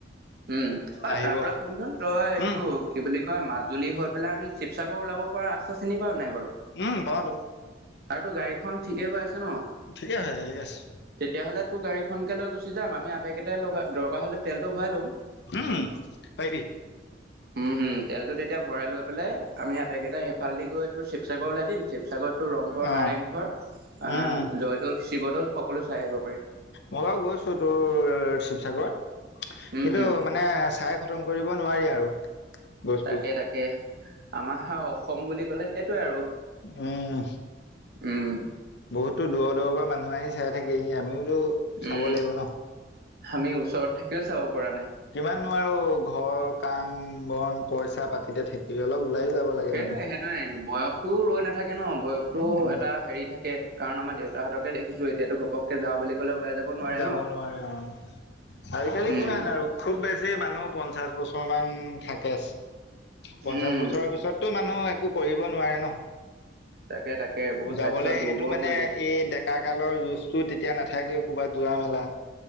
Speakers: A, on the right; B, on the left.
A: উম, অ <unintelligible>
B: আহিব
A: পৰা শুনচোন তই এইটো
B: উম।
A: কি বুলি কয় মা <unintelligible> <unintelligible> হৈ পেলাই আমি শিৱসাগৰ ওলাব পৰা ৰাস্তা চিনি পাও নাই বাৰু
B: উম পাওঁতো
A: আৰু তো গাড়ীত এখন ঠিকে হৈ <unintelligible> <unintelligible>
B: ঠিকে আছে ঠিকে আছে
A: তেতিয়াহলে তোৰ গাড়ীখন লৈ গুচি যাম আমি আটাইকেইটা ল দৰকাৰ হ'লে তেলটো ভৱাই ল'ম।
B: উম, পাইবি।
A: হুম হুম তেলটো তেতিয়া ভৰাই লৈ পেলাই আমি আটাইকেইটা সেইফালদি গৈ তোৰ শিৱসাগৰ ওলাই দিম। শিৱসাগৰতো ৰংঘৰ-কাৰেংঘৰ
B: অ
A: আহ
B: উম
A: জয়দৌল-শিৱদৌল সকলো চাই আহিব পাৰিম।
B: মই বাৰু গৈছো তোৰ শিৱসাগৰ।
A: উম
B: কিন্তু
A: হুম
B: মানে চাই খতম কৰিব নোৱাৰি আৰু। বস্তু
A: তাকে তাকে আমাৰ আ অসম বুলি ক'লে সেইটোয়ে আও
B: উম।
A: উম।
B: বহুততো দূৰৰ দূৰৰ পৰা মানুহ আহি চাই থাকেহি। আমিও তো
A: উম
B: চাব লাগিব ন
A: আমি ওচৰত থাকিও চাব পৰা নাই
B: কিমাননো আৰু ঘৰ কাম-বন পইচা পাতিতে থাকিবি অলপ ওলাইও যাব লাগে
A: সেইটোয়ে-সেইটোয়ে
B: মানুহ
A: বয়সটোও ৰৈ নাথাকে ন' বয়সটো
B: উম
A: এটা হেৰি থাকে কাৰণ আমাৰ দেউতাহঁতকে দেখিছো এতিয়াতো ঘপককে যা বুলি ক'লে ওলাই নোৱাৰে
B: যাব
A: ন
B: নোৱাৰে অ, আজিকালি
A: উম
B: কিমান আৰু খুব বেছি মানুহ পঞ্চাশ বছৰ মান থাকে পঞ্চাশ
A: উম
B: বছৰৰ পিছতটো মানুহ এক একো কৰিব নোৱাৰে ন'।
A: তাকে তাকে বহুত
B: যাবলে
A: স্বাস্থ্য দুৰ্বল
B: সেইটো মানে
A: হৈ যায়
B: এই ডেকা কালৰ যোজ। <unintelligible> তেতিয়া নাথাকেও ক'বাত যোৱা মেলা